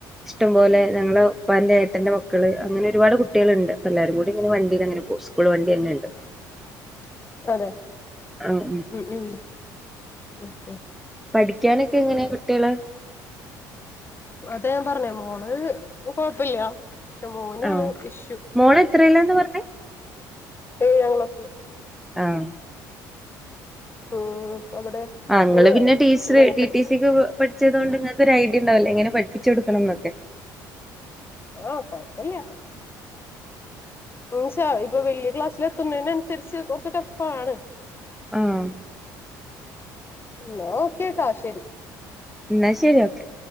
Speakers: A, in the centre; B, on the left.
A: ഇഷ്ടം പോലെ ഞങ്ങള പ്പാന്റെ ഏട്ടന്റെ മക്കള് അങ്ങനെ ഒരുപാട് കുട്ടികൾണ്ട് പ്പല്ലാരും കൂടി ങ്ങനെ വണ്ടിലങ്ങനെ പോവും. സ്കൂൾ വണ്ട്യെന്നെണ്ട്.
B: <inaudible> അതെ
A: അ ഉം
B: ഉ ഉം ഓക്കെ
A: പഠിക്കാനൊക്കെ എങ്ങനെയാ കുട്ട്യള്?
B: അത ഞാൻ പറഞ്ഞേ മോള് കൊഴപ്പല്ല. പക്ഷെ മോനാണ്
A: ആ
B: ഇഷ്യു.
A: മോള് എത്രയിലാന്ന് പറഞ്ഞേ
B: ഏഴാം ക്ലാസ്സ്
A: ആഹ്
B: ഊം അവിടെ നിങ്ങള്
A: ആണ് ങ്ങള് പിന്നെ ടീച്ചർ
B: മെനക്കെട്ട്
A: ടി ടി സിക്കൊ കെ പഠിച്ചതോണ്ട് ങ്ങക്കൊരയ് ഡിയണ്ടാവുല്ലെ എങ്ങനെ പഠി പ്പിച്ച് കൊടുക്കണം ന്നൊക്കെ.
B: ആഹ് കൊഴപ്പല്ല. <unintelligible> ഇപ്പൊ വെല്ല്യ ക്ലാസ്സിലെത്തുന്നതിനനുസരിച്ച് കൊർച്ച് ടഫാണ്.
A: ആഹ്.
B: ന്നാ ഓക്കേട്ടൊ ശരി.
A: ന്നാ ശരി ഓക്കെ.